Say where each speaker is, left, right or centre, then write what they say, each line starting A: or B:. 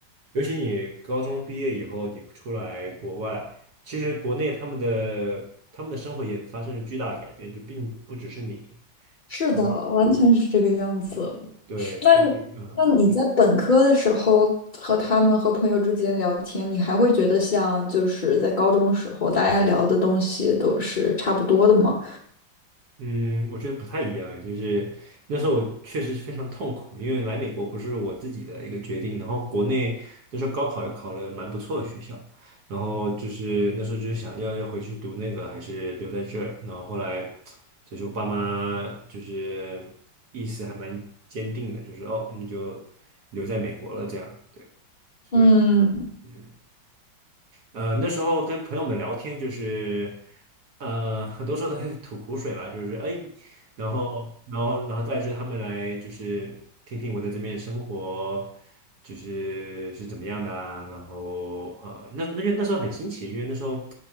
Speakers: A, on the right; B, on the left.
A: 尤其你高中毕业以后，你出来国外，其实国内他们的他们的生活也发生了巨大的改变，就并不只是你，
B: 是的，
A: 所以
B: 完全是这个样子。
A: 对，
B: 那你那你在本科的时候和他们和朋友之间聊天，
A: 所以嗯。
B: 你还会觉得像就是在高中的时候大家聊的东西都是差不多的吗？
A: 嗯，我觉得不太一样哎，就是那时候我确实非常痛苦，因为来美国不是我自己的一个决定，然后国内那时候高考也考了蛮不错的学校，然后就是那时候就是想要要回去读那个还是留在这儿，然后后来就是我爸妈就是意思还蛮坚定的，就是哦你就留在美国了这样，对，所以。
B: 嗯
A: 嗯。呃，那时候跟朋友们聊天，就是呃，很多时候都在吐苦水吧，就是哎，然后，然后，然后带着他们来，就是听听我在这边的生活，就是是怎么样的啊，然后呃，那那因为那时候很新奇，因为那时候